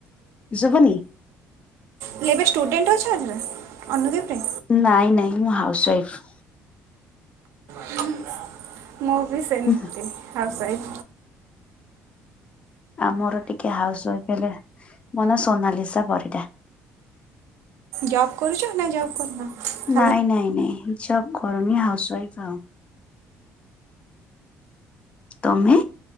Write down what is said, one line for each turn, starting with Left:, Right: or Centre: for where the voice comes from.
Left: ଶୁଭୁନି
Right: ଲି ଏବେ ଷ୍ଟୁଡେଣ୍ଟ୍ ଅଛନ୍ତି ନାଁ ଅନୁଦୀପରେ?
Left: ନାଇଁ ନାଇଁ ମୁଁ ହାଉସ ୱାଇଫ୍।
Right: ହୁଁ। ମୁଁ ବି ସେମତି
Left: ୱାଇଫ
Right: ହାଉସ ୱାଇଫ।
Left: ଆମର ଟିକେ ହାଉସ ୱାଇଫ ହେଲେ ମୋ ନା ସୋନାଲିସା ପରିଡ଼ା।
Right: ଜବ କରୁଚ ନା ଜବ କରୁନ? ଖାଲି
Left: ନାଇଁ ନାଇଁ ନାଇଁ ଜବ କରୁନି ହାଉସ ୱାଇଫ୍ ଆଉ। ତମେ?